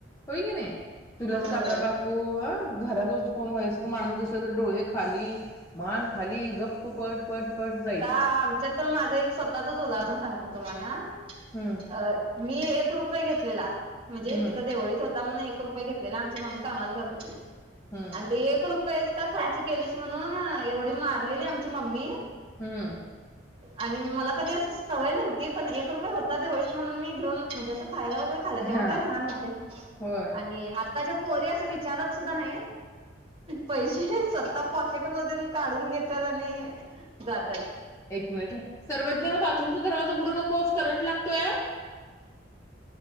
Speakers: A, on the left (about 15°); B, on the right (about 30°).
A: हो के नाही चुलत
B: होय
A: काका - काकू होय घराचा कोण वयस्कर माणूस दिसला तर डोळे खाली मान खाली गप्प पट पट
B: आता
A: जायचं
B: आमच्यात तर माझं एक स्वतःच उदाहरण सांगते तुम्हाला
A: हम्म
B: अ मी एक रुपये घेतलेला म्हणजे
A: हम्म
B: तिथं देवळीत होता एक रुपये घेतलेला आमची मम्मी कामाला जात होती
A: हम्म
B: आणि ते एक रुपया का खर्च केलेच म्हणून एवढी मारलेली आमची मम्मी
A: हम्म
B: आणि मला कधी अशी सवय नव्हती पण एक रुपये होता देवळीत म्हणून मी घेऊन म्हणजे खायला वगैरे खालं तेव्हा
A: हा
B: काय लहान होते
A: होय
B: आणि आ आताच्या पोरी अस विचारत सुद्धा नाही पैसेता पॉकेट मधून काढून घेत त्या आणि जातात
A: एक मिनिट सर्वज्ञा हा बाथरूमचा दरवाजा उघडू नकोस करंट लागतो या